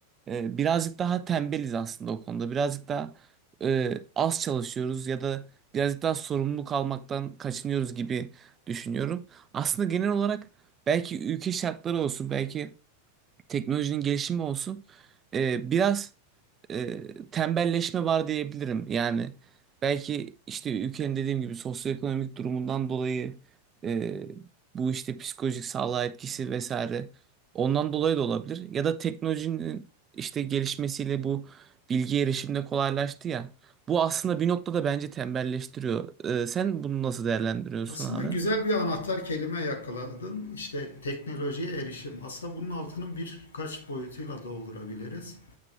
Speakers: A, on the right; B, on the left.
A: E, birazcık daha tembeliz aslında o konuda. Birazcık daha e, az çalışıyoruz ya da birazcık daha sorumluluk almaktan kaçınıyoruz gibi düşünüyorum. Aslında genel olarak belki ülke şartları olsun, belki teknolojinin gelişimi olsun e, biraz e, tembelleşme var diyebilirim. Yani belki işte ülkenin dediğim gibi sosyoekonomik durumundan dolayı e, bu işte psikolojik sağlığa etkisi vesaire ondan dolayı da olabilir. Ya da teknolojinin işte gelişmesiyle bu bilgi erişimde kolaylaştı ya. Bu aslında bir noktada bence tembelleştiriyor. E, sen bunu nasıl değerlendiriyorsun
B: Aslında
A: abi?
B: güzel bir anahtar kelime yakaladın. İşte teknolojiye erişim. Aslında bunun altını birkaç boyutuyla doldurabiliriz.